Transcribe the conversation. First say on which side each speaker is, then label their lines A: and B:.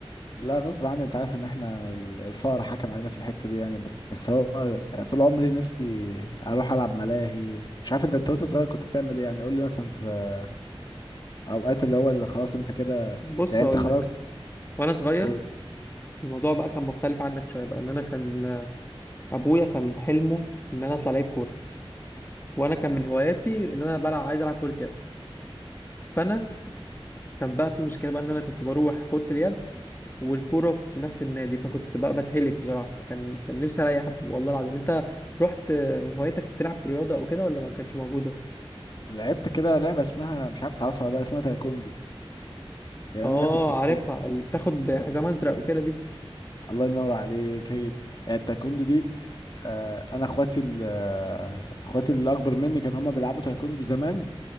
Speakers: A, on the left; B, on the left.
A: لا غصب عني انت عارف ان احنا ال- الفقر حكم علينا في الحته دي يعني بس هو يعني طول عمري نفسي اروح العب ملاهي مش عارف انت انت وانت صغير كنت بتعمل ايه يعني قول لي مثلا في اوقات اللي هو اللي خلاص انت كده
B: بص
A: يعني
B: اقول
A: انت خلاص
B: لك وانا صغير
A: هو-
B: الموضوع بقى كان مختلف عنك شويه بقى ان انا كان ابويا كان حلمه ان انا اطلع لعيب كوره وانا كان من هواياتي ان انا بلعب عايز العب كره يد فانا كان بقى في مشكله بقى ان انا كنت بروح كره اليد والكوره في نفس النادي فكنت بقى بتهلك بصراحه كان كان نفسي اريح والله العظيم انت رحت من هوايتك كنت تلعب رياضه او كده ولا ما كانتش موجوده
A: لعبت كده لعبه اسمها مش عارف تعرفها ولا لا اسمها تايكوندو يعني
B: اه
A: انا كنت في
B: عارفها
A: تايكوندو
B: اللي بتاخد حزام ازرق وكده دي
A: الله ينور عليك هي دي يعني التايكوندو دي آه، انا اخواتي ال- آه، اخواتي اللي اكبر مني كانوا هما بيلعبوا تايكوندو زمان